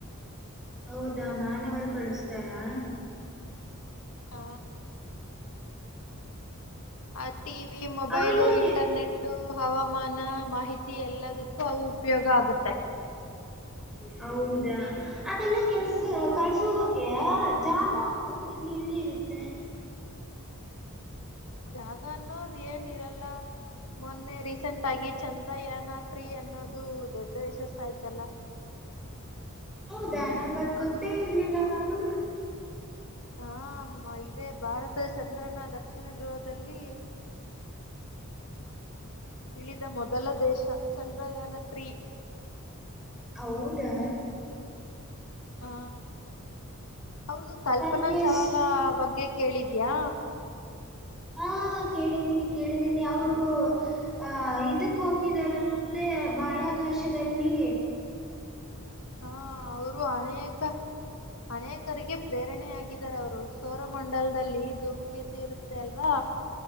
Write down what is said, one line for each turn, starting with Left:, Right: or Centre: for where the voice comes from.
Centre: ಹೌದಾ ಮಾನವರು ಕಳಸ್ತಾರಾ.
Left: ಹ ಆ ಟಿ ವಿ ಮೊಬೈಲು
Centre: ಅವೆಲ್ಲ
Left: ಇಂಟರ್ನೆಟ್ಟು ಹವಾಮಾನ ಮಾಹಿತಿ ಎಲ್ಲದ ಉಪಯೋಗ ಆಗುತ್ತೆ.
Centre: ಹೌದಾ ಅದೆಲ್ಲ ಕೆಲ್ಸ.
Left: ಹ
Centre: ಕಳ್ಸೋದಕ್ಕೆ ಜಾಗ ಅಂಬದ್ ಎಲ್ಲಿ ಇರುತ್ತೆ?
Left: ಜಾಗನ್ನೋ ಏನ್ ಇರಲ್ಲ. ಮೊನ್ನೆ ರೀಸೆಂಟ್ ಆಗಿ ಚಂದ್ರಯಾನ ಟ್ರೀ ಅನ್ನೋದು ದೊಡ್ಡ ಯಶಸ್ಸ ಆಯ್ತಲ್ಲ.
Centre: ಹೌದಾ ನನ್ಗ ಅದ್ ಗೊತ್ತೇ ಇರ್ಲಿಲ್ಲ ನೋಡು.
Left: ಹ ಇದೇ ಭಾರತ ಚಂದ್ರನ ದಕ್ಷಿಣ ಧ್ರವದಲ್ಲಿ ಇಳಿದ ಮೊದಲ ದೇಶ ಚಂದ್ರಯಾನ ತ್ರೀ.
Centre: ಹೌದಾ.
Left: ಹಾ ಹೌದು ಕಲ್ಪನಾ
Centre: ನನ್ಗೆ
Left: ಚಾವಲ
Centre: ಸ್-
Left: ಬಗ್ಗೆ ಕೇಳಿದ್ಯಾ?
Centre: ಹಾ ಕೇಳಿದೀನಿ ಕೇಳಿದೀನಿ ಅವರು ಆ ಇದಕ್ಕೋಗಿದರಂತೆ ಬಾಹ್ಯಾಕಾಶದಲ್ಲಿ
Left: ಹಾ ಅವರು ಅನೇಕ ಅನೇಕರಿಗೆ ಪ್ರೇರಣೆ ಆಗಿದ್ದಾರೆ ಅವರು ಸೋರಮಂಡಲದಲ್ಲಿ ಧೂಮುಕೇತು ಸಇರುತ್ತೆ ಅಲ್ವಾ